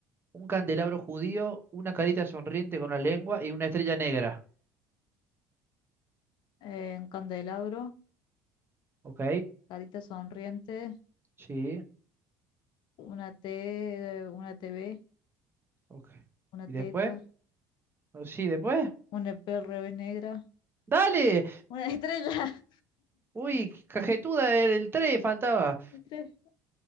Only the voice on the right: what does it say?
un candelabro judío, una carita sonriente con la lengua y una estrella negra.
Ok,
sí,
ok.
¿Y
después? Oh, sí, después.
¡Dale!
Uy, qué cajetuda, era el 3 faltaba.